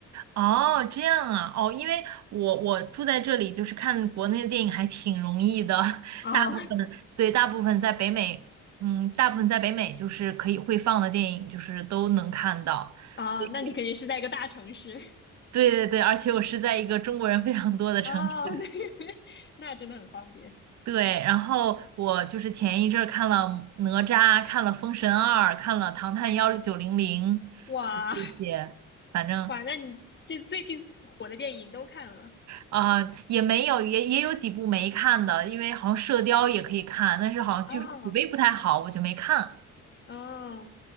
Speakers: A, on the right; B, on the left.
A: 哦，这样啊，哦，因为我我住在这里，就是看国内的电影还挺容易的，<laughs>
B: 哦，
A: 大部分对大部分在北美，嗯，大部分在北美就是可以会放的电影，就是都能看到。
B: 哦，
A: 所以
B: 那你肯定是在一个大城市
A: 对对对，而且我是在一个中国人非常多的城市。
B: 哦，那 <laughs> 那真的很方便。
A: 对，然后我就是前一阵儿看了哪吒，看了《封神二》，看了《唐探幺九零零》
B: 哇
A: 这些，反正
B: 哇，那你这最近火的电影都看了
A: 啊、也没有，也也有几部没看的，因为好像《射雕》也可以看，但是好像据说口碑不太好，
B: 哦
A: 我就没看。
B: 哦，